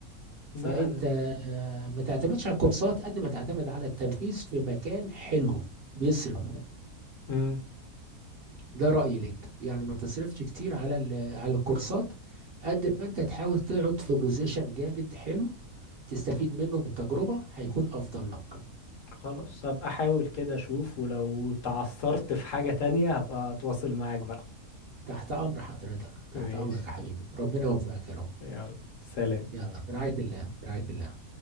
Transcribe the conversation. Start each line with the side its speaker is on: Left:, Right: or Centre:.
Left: لا
Right: فانت
Left: أنا
Right: آه، ما تعتمدش على الكورسات قد ما تعتمد على التنفيذ في مكان حلو بيصرف
Left: مم.
Right: ده رأيي لك يعني ما تصرفش كتير على ال- على الكورسات قد ما انت تحاول تقعد في بوزيشن جامد حلو تستفيد منه من التجربة هيكون أفضل لك
Left: خلاص هبقى أحاول كده أشوف ولو تعثرت في حاجة تانية هبقى أتواصل معاك بقى
Right: تحت أمر حضرتك تحت
Left: ماشي
Right: أمرك يا حبيبي ربنا يوفقك يا رب
Left: يلا سلام
Right: يلا في رعاية الله في رعاية الله